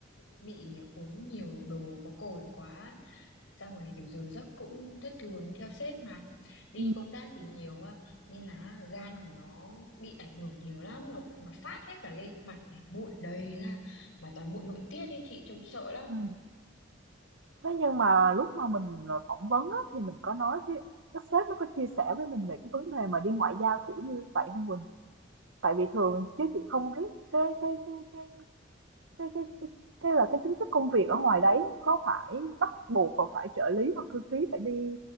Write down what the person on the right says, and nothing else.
Ừ.
Ừ. Thế nhưng mà lúc mà mình ờ, phỏng vấn á, thì mình có nói cái các sếp nó có chia sẻ với mình về cái vấn đề mà đi ngoại giao kiểu như vậy không Quỳnh? Tại vì thường chứ chị không biết cái cái cái cái Cái cái cái cái là cái tính chất công việc ở ngoài đấy có phải bắt buộc và phải trợ lý hoặc thư ký phải đi